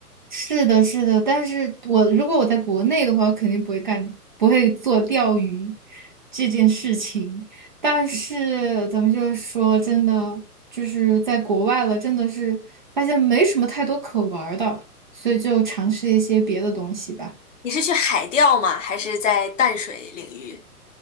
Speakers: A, on the right; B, on the left.
A: 是的，是的，但是我如果我在国内的话，我肯定不会干，不会做钓鱼这件事情。但是咱们就是说，真的就是在国外了，真的是发现没什么太多可玩儿的，所以就尝试一些别的东西吧。
B: 你是去海钓吗？还是在淡水领域？